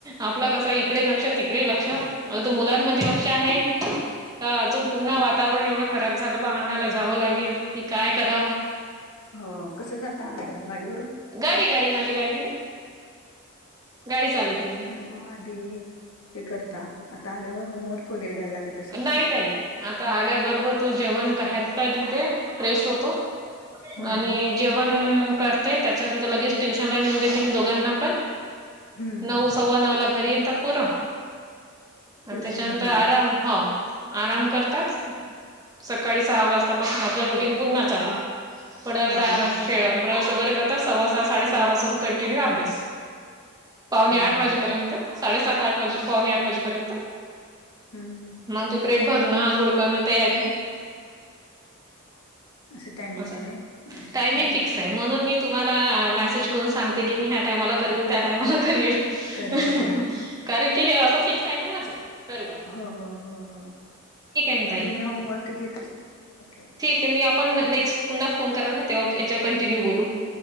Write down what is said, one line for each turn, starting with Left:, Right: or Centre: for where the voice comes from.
Right: आपल कस आहे इकडे लक्ष तिकडे लक्ष अग मुलांमध्ये लक्ष आहे. का अजून पुन्हा वातावरण एवढं खराब झालं बा आणायला जावं लागेल, कि काय करावं.
Left: हो कसं जात आणायला गाडीवरून.
Right: गाडी गाडी माझी गाडी आहे ना गाडी चालवते मी.
Left: मम्मा दे हे करता आता आल्यावर होमवर्क वगैरे घ्यायला लागत. असेल
Right: नाही ताई आता आल्याबरोबर तो जेवण हातपाय धुतो जेवण फ्रेश होतो. <unintelligible>
Left: हम्म
Right: आणि. जेवंण करते त्याच्यानंतर लगेच ट्युशन नेऊन देते मी दोघांना पण.....
Left: हम्म
Right: नऊ सव्वा नऊ ला घरी येतात पोर, आणि
Left: ट्युशन
Right: त्याच्यानंतर
Left: वरन
Right: आराम. हा आराम करताात... सकाळी सहा वाजतापासून आपलं रुटीन पुन्हा. थोडा
Left: हा
Right: वेळ
Left: हम्म
Right: आराम खेळ ब्रश वगरे करतात सव्वासहा साडेसहा वाजता पासून कंटिन्यू अभ्यास.. पावणे आठ
Left: हम्म
Right: वाजेपर्यंत. साडेसात आठ वाजे... पावणे आठ वाजेपर्यंत
Left: हम्म...
Right: मग ते बॅग भरणं आंघोळ करणं तयारी
Left: असं टायमिंग
Right: आस
Left: आहे व्हय हम्म
Right: टायम ही फिक्स आहे म्हणून मी- तुम्हाला मेसेज करून सांगते की मी ह्या टायमाला करील त्या टायमाला करील-
Left: करेन
Right: ह
Left: हा
Right: ह कारण की हे असं फिक्स आहे ना माझं तर मग
Left: हों हों हों हों
Right: ना
Left: मग
Right: ताई
Left: तुम्ही होमवर्क घेतच नाही ओके!
Right: ते मी आपण नेक्स्ट पुन्हा फोन कराल ना तेव्हा याच्यावर कंटिन्यू बोलू.